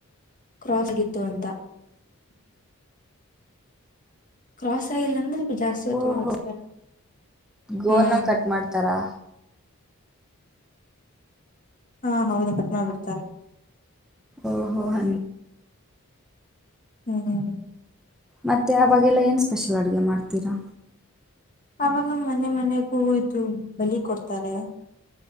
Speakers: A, on the left; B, in the centre.
A: ಕ್ರಾಸ್ ಆಗಿತ್ತು ಅಂತ ಕ್ರಾಸ್ ಆಗಿಲ್ಲ ಅಂದ್ರೆ ಜಾಸ್ತಿ ಹೊತ್ತು
B: ಓಹೋ
A: ಸ್ತಾರ
B: ಗೋನ
A: ಹಾ
B: ಕಟ್ ಮಾಡ್ತಾರಾ
A: ಹಾ ಹೌದಾ ಪಟ್ನಾ ಬಿಡ್ತಾರ
B: ಓಹೋ ಹ
A: ಹ್ಮ
B: ಮತ್ತೆ ಅವಾಗೆಲ್ಲ ಏನು ಸ್ಪೆಷಲ್ ಅಡುಗೆ ಮಾಡ್ತೀರಾ
A: ಅವಾಗ ಮನೆ ಮನೆಗೂ ಇದು ಬಲಿ ಕೊಡ್ತಾರೆ